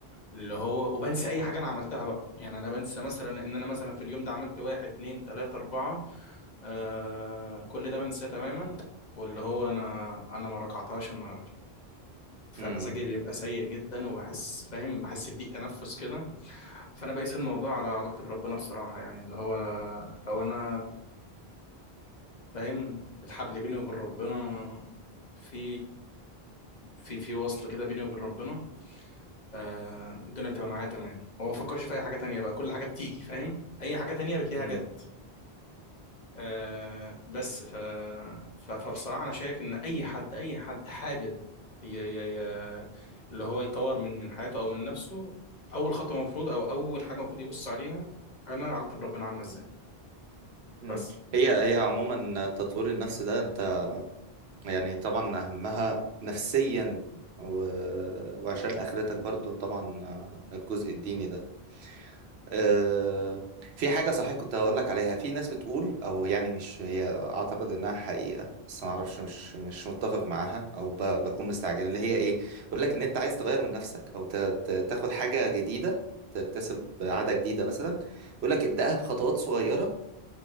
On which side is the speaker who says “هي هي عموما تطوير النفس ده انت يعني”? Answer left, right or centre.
Right